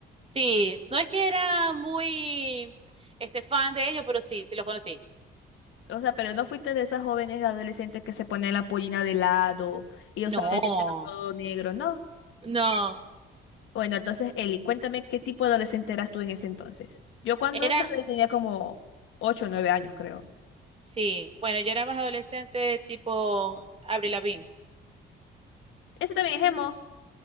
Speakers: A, on the right; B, on the left.
A: Sí, no es que era muy este fan de ellos, pero sí, sí los conocí.
B: O sea, pero no fuiste de esas jóvenes adolescentes que se ponen la pollina de lado y usaban
A: No,
B: el dinero todo negro, ¿no?
A: no,
B: Bueno, entonces, Eli, cuéntame qué tipo de adolescente eras tú en ese entonces. Yo cuando
A: era,
B: eso le tenía como 8 o 9 años, creo.
A: sí. Bueno, yo era más adolescente tipo Avril Lavigne.
B: Eso también es emo.